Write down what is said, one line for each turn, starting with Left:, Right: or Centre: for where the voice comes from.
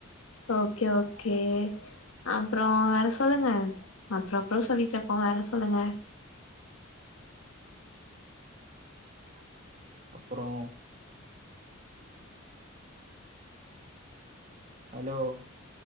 Left: ஓகே ஓகே அப்புறோ வேற சொல்லுங்க அப்புறோ அப்புறோ சொல்லிட்டு இருப்போம் வேற சொல்லுங்க
Right: டப்பர்கான் அப்புறோ ஹலோ